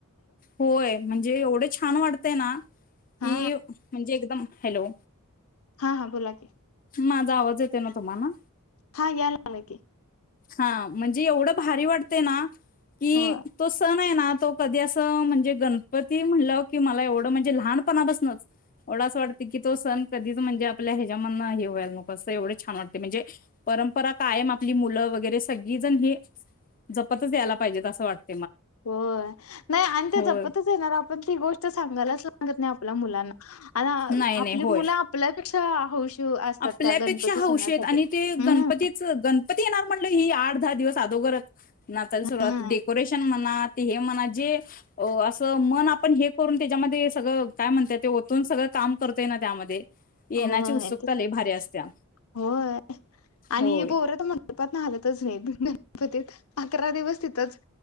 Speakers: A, on the left (about 40°); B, on the left (about 70°).
A: होय म्हणजे एवढे छान वाटतय ना की,
B: हा
A: म्हंजे एकदम हॅलो.
B: हा हा बोला की.
A: माझा आवाज येतोय ना तुम्हाला?
B: हां याय लागलाय की.
A: हा म्हणजे एवढं भारी वाटतंय ना, की
B: हो
A: तो सण आहे ना तो कधी असं म्हणजे गणपती म्हणलं की, मला एवढं म्हणजे लहानपणा पासनच मला अस वाटतंय की तो सण कधीच म्हंजे आपल्या हेच्यामधन, हे व्हायला नको असं एवढं छान वाटतंय म्हजे रंपरा कायम आपली मुलं वगैरे सगळीजण हे, जपतच यायला पाहिजेत असं वाटतं त
B: होय नाय आन ते
A: होय
B: जपतच येणार, आपण ती गोष्ट सांगायलाच गत नाही आपल्या मुलांना आ
A: नाही नाही
B: आपली
A: होय
B: मुलं आपल्यापेक्षा हौशी असतात
A: आपल्यापेक्षा
B: त्या गणपती
A: हौशीयत
B: सणासाठी
A: आणि ते
B: हम्म
A: गणपतीच गण पती येणार म्हटलं ही आठ दहा दिवस अदोगरच नाचायला सुरुवात,
B: हम्म
A: डेकोरेशन म्हणा ते हे म्हणा जे ते हो असं मन आपण हे करून तेज्यामधे सगळं काय म्हणताय ते, ओतून सगळं काम करताय ना त्यामध्ये येण्याची
B: होय.
A: उत्सुकता लय भारी असत्या
B: होय आणि
A: होय
B: पोर तर मंडपातन हालतच नाहीत. पतीत अकरा दिवस तिथंच